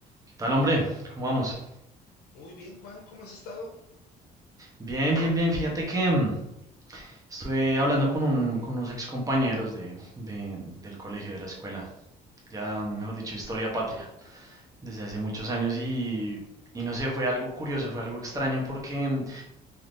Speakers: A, on the right (about 20°); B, on the left (about 80°).
A: ¿Qué tal, hombre? ¿Cómo vamos?
B: Muy bien, Juan, ¿cómo has estado?
A: Bien, bien, bien. Fíjate que mm, estuve hablando con, un- con unos excompañeros de, de- del colegio, de la escuela, ya mejor dicho, historia patria, desde hace muchos años y, y no sé, fue algo curioso, fue algo extraño porque mm,